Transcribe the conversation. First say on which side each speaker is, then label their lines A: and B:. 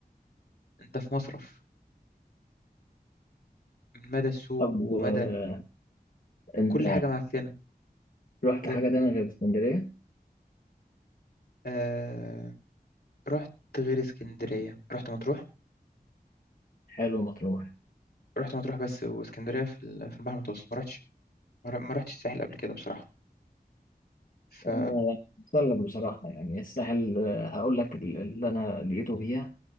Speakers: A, on the left (about 75°); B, on the left (about 55°).
A: انت في مصرف من مدى السوق
B: طب
A: ومدى
B: آه، انت
A: كل حاجة معفنة
B: رحت
A: ده-
B: حاجة تانية غير اسكندرية
A: آه رحت غير اسكندرية رحت مطروح
B: حلوة مطروح
A: رحت مطروح بس واسكندرية في ال- في البحر المتوسط ما رحتش ما ر- ما رحتش الساحل قبل كده بصراحة ف
B: آه، أحسن لك بصراحة يعني الساحل آه، هقول لك ال- اللي أنا لقيته فيها